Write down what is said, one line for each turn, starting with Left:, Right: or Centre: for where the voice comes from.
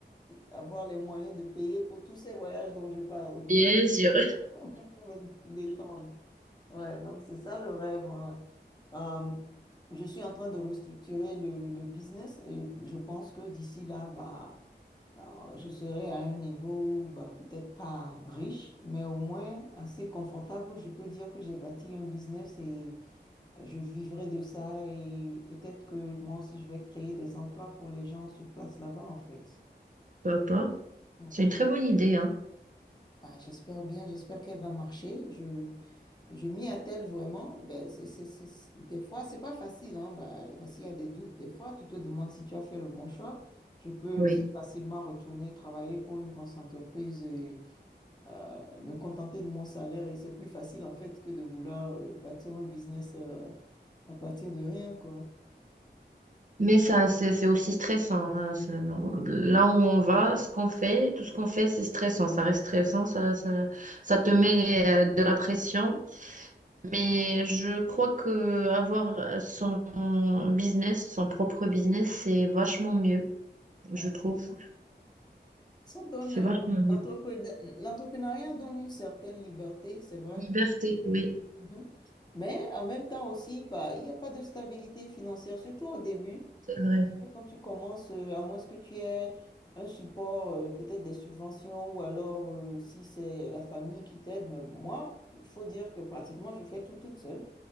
Left: avoir les moyens de payer pour tous ces voyages dont je parle, venir
Right: Bien sûr.
Left: <laughs> pour, pour me détendre. Ouais, donc c'est ça le rêve. hein. Euh, je suis en train de restructurer le, le business et je pense que d'ici là, bah, euh, je serai à un niveau, bah, peut-être pas riche, mais au moins assez confortable où je peux dire que j'ai bâti un business et je vivrai de ça et peut-être que moi aussi je vais créer des emplois pour les gens sur place là-bas en fait.
Right: <laughs> Pourquoi pas?
Left: Mm.
Right: C'est une très bonne idée, hein.
Left: Bah, j'espère bien, j'espère qu'elle va marcher. Je, Je m'y attelle vraiment. Ben, c'est, c'est, c'est, des fois, c'est pas facile, hein, ben, parce qu'il y a des doutes. Des fois, tu te demandes si tu as fait le bon choix. Je peux
Right: Oui.
Left: aussi facilement retourner travailler pour une grosse entreprise et euh, me contenter de mon salaire. Et c'est plus facile, en fait, que de vouloir euh, bâtir un business euh, à partir de rien, quoi.
Right: Mais ça, c'est c'est aussi stressant. hein. C'est- Là où on va, ce qu'on fait, tout ce qu'on fait, c'est stressant. Ça reste stressant, ça, ça, ça te met euh, de la pression. Mais je crois que avoir euh, son business, son propre business, c'est vachement mieux,
Left: Mhm.
Right: je trouve.
Left: Ça donne,
Right: C'est
Left: euh,
Right: vachement mieux.
Left: l'entrepre- l'entrepreneuriat donne une certaine liberté, c'est vrai.
Right: Liberté,
Left: Euh,
Right: oui,
Left: mhm. Mais en même temps aussi, bah, il n'y a pas de stabilité financière, surtout au début,
Right: c'est vrai.
Left: quand tu commences, euh, à moins que tu aies un support, euh, peut-être des subventions, ou alors euh, si c'est la famille qui t'aide. Mais moi, il faut dire que pratiquement, je fais tout toute seule.